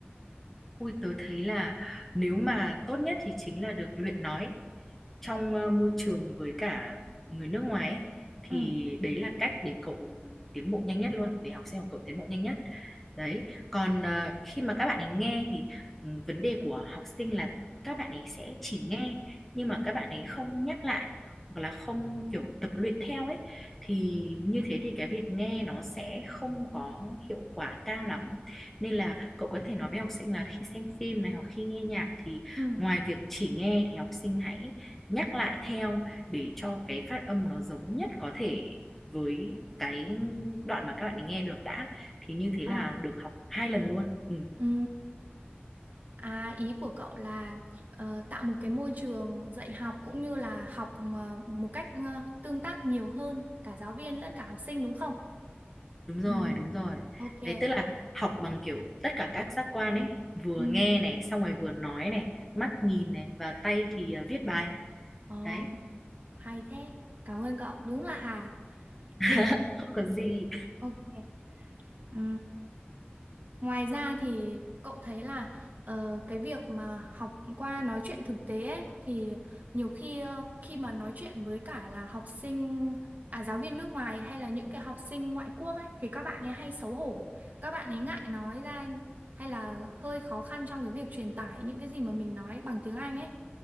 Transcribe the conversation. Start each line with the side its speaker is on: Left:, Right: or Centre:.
Centre: Ui, tớ thấy là nếu mà tốt nhất thì chính là được luyện nói trong ờ, môi trường với cả người nước ngoài ấy, thì
Right: Ừ.
Centre: đấy là cách để cậu tiến bộ nhanh nhất luôn, để học sinh của cậu tiến bộ nhanh nhất. Đấy, còn ờ, khi mà các bạn ấy nghe thì ừ, vấn đề của học sinh là các bạn ấy sẽ chỉ nghe nhưng mà các bạn ấy không nhắc lại hoặc là không kiểu tập luyện theo ấy thì như thế thì cái việc nghe nó sẽ không có hiệu quả cao lắm nên là cậu có thể nói với học sinh là khi xem phim này hoặc khi nghe nhạc thì
Right: Ừ.
Centre: ngoài việc chỉ nghe thì học sinh hãy nhắc lại theo để cho cái phát âm nó giống nhất có thể với cái đoạn mà các bạn ấy nghe được đã thì như thế
Right: Ờ.
Centre: là được học hai lần luôn ừ,
Right: Ừ. À, ý của cậu là ờ, tạo một cái môi trường dạy học cũng như là học ờ, một cách ờ, tương tác nhiều hơn cả giáo viên lẫn cả học sinh đúng không?
Centre: đúng rồi
Right: Ừ.
Centre: đúng rồi
Right: Ok.
Centre: đấy tức là học bằng kiểu tất cả các giác quan ấy vừa
Right: Ừ.
Centre: nghe này xong rồi vừa nói này mắt nhìn này và tay thì ờ, viết bài
Right: Ồ,
Centre: đấy
Right: hay thế. Cảm ơn cậu. Đúng là Hà.
Centre: <laughs>
Right: Đỉnh.
Centre: không có gì
Right: Ok. Ừ. Ngoài ra thì cậu thấy là ờ, cái việc mà học qua nói chuyện thực tế ấy, thì nhiều khi ờ, khi mà nói chuyện với cả là học sinh à giáo viên nước ngoài hay là những cái học sinh ngoại quốc ấy thì các bạn ấy hay xấu hổ, các bạn ấy ngại nói ra hay là hơi khó khăn trong cái việc truyền tải những cái gì mà mình nói bằng tiếng Anh ấy.